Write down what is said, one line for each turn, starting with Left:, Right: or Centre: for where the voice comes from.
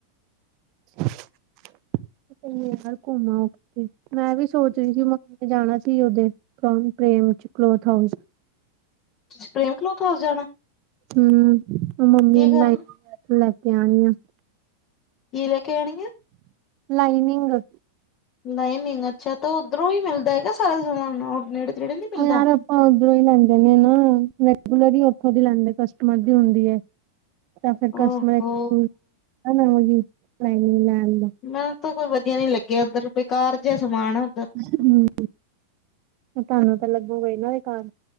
Right: ਸਹੀ ਹੈ ਗਲ ਘੁੰਮ ਆਓੇ ਤੁਸੀ ਮੈਂ ਵੀ ਸੋਚ ਰਹੀ ਸੀ ਮੈ ਜਾਣਾ ਸੀ ਉਥੇ ਪ੍ਰੇਮ ਚ ਕਲੋਥ ਹਾਊਸ
Left: ਤੁਸੀਂ ਪ੍ਰੇਮ ਕਲੋਥ ਹਾਊਸ ਜਾਣਾ?
Right: ਹਮ ਮੰਮੀ
Left: ਕੀ
Right: ਨੂੰ
Left: ਕਰਨਾ
Right: ਲਾਈ ਲੈ ਕੇ ਆਣੀ ਆ
Left: ਕੀ ਲੈ ਕੇ ਆਣੀ ਆ?
Right: ਲਾਈਨਿੰਗ।
Left: ਲਾਈਨਿੰਗ ਅੱਛਾ ਤਾਂ ਉੱਧਰੋਂ ਹੀ ਮਿਲਦਾ ਹੈਗਾ ਸਾਰਾ ਸਮਾਨ ਉਹ ਨੇੜੇ ਤੇੜੇ ਨਹੀਂ
Right: ਉਹ
Left: ਮਿਲਦਾ?
Right: ਯਾਰ ਆਪਾਂ ਉੱਧਰੋਂ ਹੀ ਲੈਂਦੇ ਨੇ ਨਾ ਰੈਗੂਲਰੀ ਉੱਥੋਂ ਦੀ ਲੈਂਦੇ ਕਸਟਮਰ ਦੀ ਹੁੰਦੀ ਐ। ਤਾਂ ਫਿਰ ਕਸਟਮਰ
Left: ਓਹੋ
Right: <unintelligible> ਹਮ ਹੈ ਨਾ ਆਉਂਦੀ ਲਾਈਨਿੰਗ ਲੈਣ ਨੂੰ।
Left: ਮੈਨੂੰ ਤਾ ਕੋਈ ਵਧੀਆ ਨੀ ਲੱਗਿਆ ਉੱਧਰ ਬੇਕਾਰ ਜੇਆ ਸਮਾਨ ਆ ਉੱਧਰ।
Right: ਹਮ ਤੁਹਾਨੂੰ ਤਾਂ ਲੱਗੂਗਾ ਈ ਨਾ ਏ ਘਰ